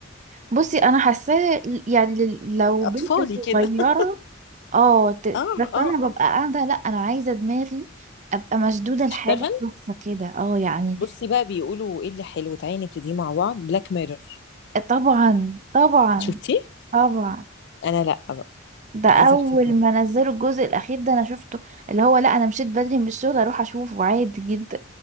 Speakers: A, on the right; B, on the left.
A: بصي انا حاساه يعني ل- لو
B: أطفالي
A: بنت
B: كده
A: صغيرة
B: <laughs>
A: اه ت-
B: اه
A: بس
B: اه
A: انا ببقى
B: اه
A: قاعدة لا انا عايزة دماغي ابقى مشدودة لحاجة
B: اشتغل
A: خاصة كده اه يعني
B: بصي بقى بيقولوا ايه اللي حلو تعالي نبتدي مع بعض بلاك ميرور
A: طبعا طبعا
B: شفتيه
A: طبعا
B: أنا لا بقى
A: ده اول
B: عايزة ابتدي
A: ما نزلوا الجزء الاخير ده انا شفته اللي هو لا انا مشيت بدري من الشغل اروح اشوفه عادي جدا